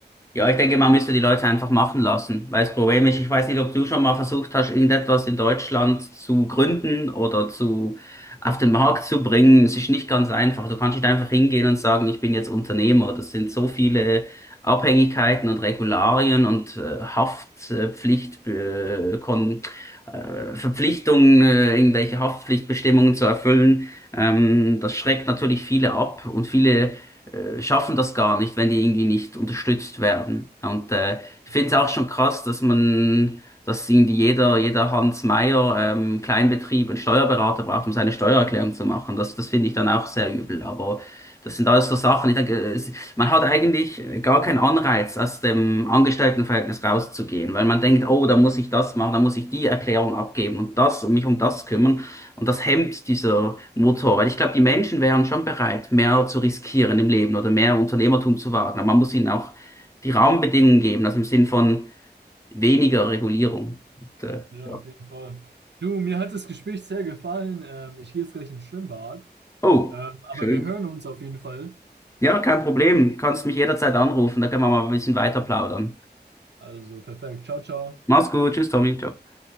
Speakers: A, on the left; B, on the right.
A: Ja, ich denke, man müsste die Leute einfach machen lassen, weil das Problem ist, ich weiß nicht, ob du schon mal versucht hast, irgendetwas in Deutschland zu gründen oder zu, auf den Markt zu bringen. Es ist nicht ganz einfach. Du kannst nicht einfach hingehen und sagen, ich bin jetzt Unternehmer. Das sind so viele Abhängigkeiten und Regularien und äh, Haftpflicht, äh, Kon äh, Verpflichtungen, äh, irgendwelche Haftpflichtbestimmungen zu erfüllen. Ähm, das schreckt natürlich viele ab und viele äh, schaffen das gar nicht, wenn die irgendwie nicht unterstützt werden. Ja, Und äh, ich
B: Mhm.
A: finde es auch schon krass, dass man, dass irgendwie jeder, jeder Hans Meier, ähm, Kleinbetrieb einen Steuerberater braucht, um seine Steuererklärung zu machen. Das, das finde ich dann auch sehr übel. Aber das sind alles so Sachen. Ich denke, es, man hat eigentlich gar keinen Anreiz, aus dem Angestelltenverhältnis rauszugehen, weil man denkt, oh, da muss ich das machen, da muss ich die Erklärung abgeben und das und mich um das kümmern. Und das hemmt dieser Motor, weil ich glaube, die Menschen wären schon bereit, mehr zu riskieren im Leben oder mehr Unternehmertum zu wagen. Aber man muss ihnen auch die Rahmenbedingungen geben, also im Sinn von weniger Regulierung. Und, äh,
B: Ja,
A: ja.
B: auf jeden Fall. Du, mir hat das Gespräch sehr gefallen. Ähm, ich gehe jetzt gleich ins Schwimmbad.
A: Oh,
B: Ähm, aber
A: schön.
B: wir hören uns auf jeden Fall.
A: Ja, kein Problem. Kannst mich jederzeit anrufen, da können wir mal ein bisschen weiter plaudern.
B: Also perfekt. Ciao, ciao.
A: Mach's gut, tschüss, Tommy. Ciao.